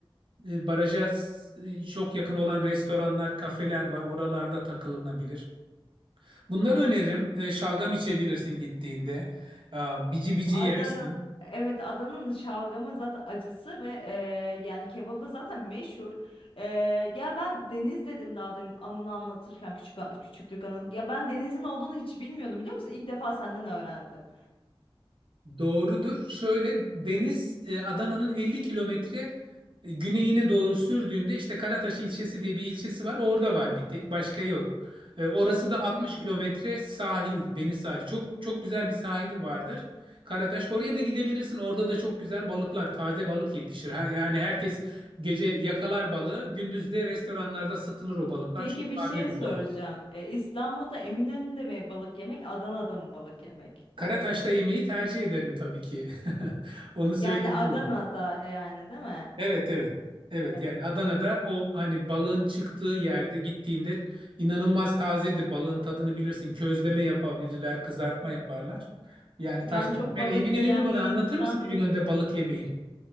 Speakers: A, on the right; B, on the left.
A: e, e, Baraja e, çok yakın olan restoranlar, kafeler var. Oralarda takılınabilir. Bunları öneririm. E, Şalgam içebilirsin gittiğinde. Aa, Bici bici
B: Adanın
A: yersin.
B: evet Adanın şalgamı zaten acısı ve e, yani kebabı zaten meşhur. E, ya ben Deniz dedin daha demin anını anlatırken küçük küçüklük anın. Ya ben Deniz'in olduğunu hiç bilmiyordum biliyor musun? İlk defa senden öğrendim.
A: Doğrudur. Şöyle deniz e, Adana'nın 50 kilometre e, güneyine doğru sürdüğünde işte Karataş ilçesi diye bir ilçesi var. Orada var bir tek. Başka yok. E, Orası da 60
B: Hmm.
A: kilometre sahil, deniz sahili. Çok çok güzel bir sahili vardır. Karataş. Oraya da gidebilirsin. Orada da çok güzel balıklar, taze balık yetişir. Ha- Yani herkes gece yakalar balığı, gündüz de restoranlarda satılır o balıklar.
B: Peki
A: Çok
B: bir
A: tazedir
B: şey soracağım.
A: balık.
B: E, İstanbul'da Eminönü'nde mi balık yemek, Adana'da mı balık yemek?
A: Karataş'ta yemeği tercih ederim tabii ki. <laughs> Onu
B: Yani
A: söyleyebilirim.
B: Adana'da yani değil mi?
A: Evet evet. Evet
B: Evet.
A: yani Adana'da o hani balığın çıktığı yerde gittiğinde inanılmaz tazedir. Balığın tadını bilirsin. Közleme yapabilirler, kızartma yaparlar. Yani tavsiye
B: Ben çok
A: ederim.
B: balık
A: Ben Eminönü'nü
B: yiyen
A: bana
B: bir
A: anlatır
B: insan
A: mısın? Eminönü'nde
B: değilim.
A: balık yemeği.